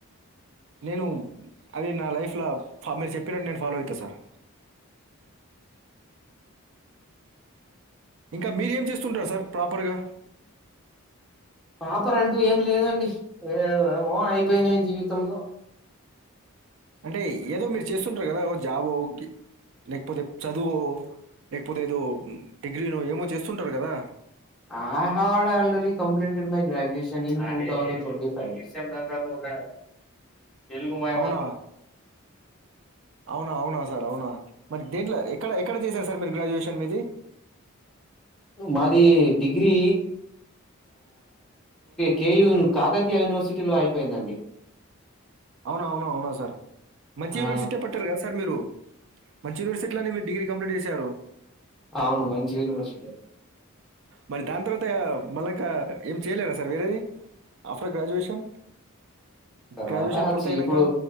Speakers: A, on the right; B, in the centre.
A: నేను అది నా లైఫ్ లో మీరు చెప్పినట్టు నేను ఫాలో అయితా సార్ ఇంకా మీరేం చేస్తుంటారుా సార్ ప్రాపర్గా
B: ప్రపర్ రంటూ ఏం లేదండి ఏమో అయిపోయినాయి జీవితంలో
A: అంటే ఏదో మీరు చేస్తుంటారు కదా జాబో లేకపోతే చదువు లేకపోతే ఏదో డిగ్రీనో ఏమో చేస్తుంటారు కదా
B: ఆ హవవాడా I'll complete my graduation in two thousand ట్వ ఫైవ్ తెల్గు మాయ
A: అవునా
B: మా
A: అవునా అవునా సార్ అవునా మరి దేంట్లో ఎక్కడ ఎక్కడ చేశారు సార్ మీరు గ్రాడ్యుయేషన్ మీది
B: మాది డిగ్రీ కేయూ కాకతీయ యూనివర్సిటీలో అయిపోయిందండి
A: అవునా అవున అవునా సార్ మంచి
B: ఆ
A: యూనివర్సిటీ పట్టారు కదా సార్ మీరు మంచి యూనివర్సిటీలోనే మీరు డిగ్రీ కంప్లీట్ చేశారు
B: అవును మంచి యూనివర్సిటీ
A: మరి దాని తర్వాత మళ ఇకా ఏం చేయలేరా సార్ వేరేది ఆఫ్టర్ గ్రాడ్యుయేషన్
B: తర్వాత
A: గ్రాడ్యుయేషన్ పూర్తయినంక
B: చి ఇప్పుడు